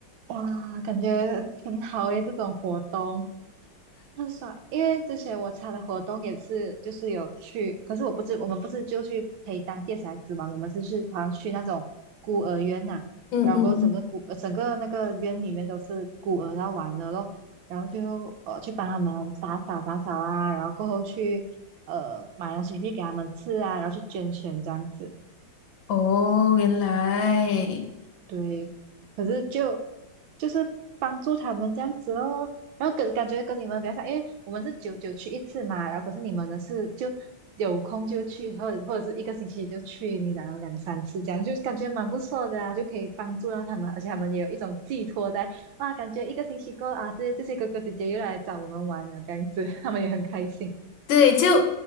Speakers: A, on the right; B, on the left.
A: 哇，感觉很好诶，这种活动，很少，因为之前我参的活动也是，就是有去，可是我不是，我们不是就去陪当地的小孩子嘛，我们是去好像去那种孤儿院呐、
B: 嗯嗯嗯，
A: 然后整个孤呃整个那个院里面都是孤儿要玩的咯，然后就呃去帮他们打扫打扫啊，然后过后去呃买东西去给他们吃啊，然后去捐钱这样子。
B: 哦，原来。
A: 对，可是就就是帮助他们这样子哦，然后跟感觉跟你们比较像，因为我们是久久去一次嘛，然后可是你们呢是就有空就去，或者或者是一个星期就去，你然后两三次这样，就感觉蛮不错的啊，就可以帮助到他们，而且他们也有一种寄托在啊，感觉一个星期过啊，这这些哥哥姐姐又来找我们玩了这样子，<laughs> 他们也很开心
B: 对，就